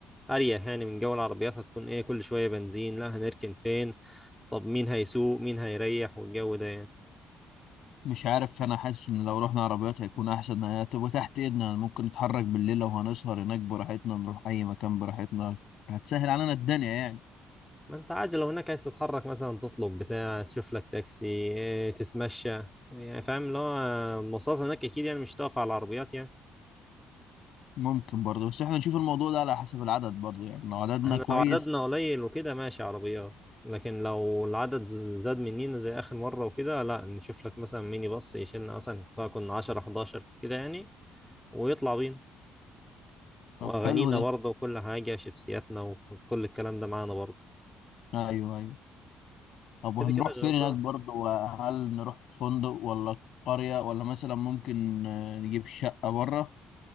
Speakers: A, in the centre; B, on the left.
A: اريح يعني من جو العربيات هتكون ايه كل شويه بنزين لا هنركن فين طب مين هيسوق مين هيريح والجو ده يعني
B: مش عارف انا حاسس ان لو رحنا عربيات هيكون احسن هي هتبقى تحت ايدنا ممكن نتحرك بالليل لو هنسهر هناك براحتنا نروح اي مكان براحتنا هتسهل علينا الدنيا يعني
A: ما انت عادي لو هناك عايز تتحرك مثلا تطلب بتاع تشوف لك تاكسي إيه تتمشى يعني فاهم اللي هو المواصلات هناك اكيد يعني مش هتقف على العربيات يعني
B: ممكن برضه بس احنا نشوف الموضوع ده على حسب العدد برضه يعني لو عددنا
A: احنا
B: كويس
A: لو عددنا قليل وكده ماشي عربيات لكن لو العدد ز- زاد مننا زي آخر مرة وكده لا نشوف لك مثلا ميني باص يشيلنا مثلا سواء كنا 10 11 كده يعني ويطلع بينا
B: طب
A: وأغانينا
B: حلو ده
A: برضه وكل حاجة شيبسياتنا وكل الكلام ده معانا برضه
B: ايوه ايوه طب وهنروح
A: كده كده الغردقة
B: فين هناك برضه وهل نروح فندق ولا قرية ولا مثلا ممكن آه، نجيب شقة بره